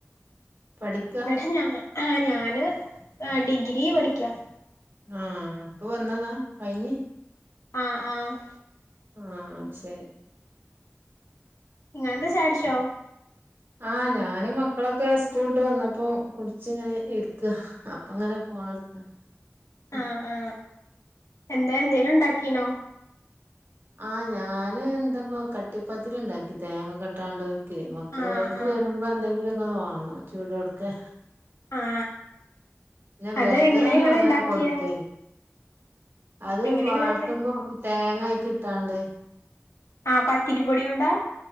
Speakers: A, on the right; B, on the left.
A: പഠിക്കാ
B: ഇവടെ ഞങ്ങ ആ ഞാന് ആ ഡിഗ്രി പഠിക്കാ
A: ആഹ് ഇപ്പൊ വന്നതാ കഴിഞ്ഞ്
B: ആഹ് ആഹ്
A: ആഹ് ശ
B: ഇങ്ങളെന്താ ചായ കുടിച്ചോ?
A: ആഹ് ഞാനും മക്കളൊക്കെ സ്കൂള്ട്ട് വന്നപ്പോ കുടിച്ച് ഇങ്ങനെ ഇരിക്ക അപ്പങ്ങനെ ഫോണ് എടുത്ത അ
B: ആ ആ എന്താ എന്തേലും ഉണ്ടാക്കീനോ?
A: ആഹ് ഞാന് എന്താപ്പ കട്ടിപ്പത്തിരി ഇണ്ടാക്കി തേങ്ങക്കെ ഇട്ടാണ്ട് മക്കള്
B: ആ
A: ഓൽക്ക്
B: ആ
A: വരുമ്പോ എന്തെങ്കിലൊക്കെ വേണം ചൂടൊടുക്കെ
B: ആ
A: ഞാൻ
B: അത്
A: ബേക്കറി
B: എങ്ങനെ
A: ഒന്നും
B: നിങ്ങള്
A: അങ്ങനെ
B: ഉണ്ടാക്കിയേ
A: കൊടുക്കേല്ല അത്
B: എങ്ങനെ
A: വാട്ടുമ്പോ-
B: നിങ്ങള്
A: തേങ്ങായി - ട്ടാണ്ട്
B: ആ പ- പത്തിരി പൊടിയുണ്ടോ